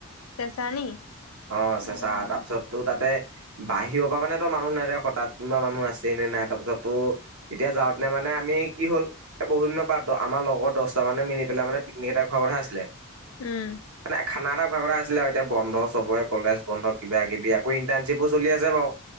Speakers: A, on the left; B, on the right.
A: চেচা নি
B: অ চেচা
A: উম
B: তাৰপিছত তোৰ তাতে বাহিৰৰ পৰা মানে তই মানুহ নেদেখ তাত কোনোবা মানুহ আছে নে নাই তাৰপিছত তো এতিয়া যাওঁতে মানে আমি কি হ'ল এই বহুদিনৰ পা আমাৰ লগৰ দহটা মানে মিলি পেলাই মানে পিকনিক এটা খোৱা কথা আছিলে
A: উম
B: মানে খানা এটা খোৱাৰ কথা আছিলে আৰু এতিয়া বন্ধ চবৰে কলেজ বন্ধ কিবা কিবি আকৌ ইণ্টাৰ্নশ্বিপো চলি আছে বাৰু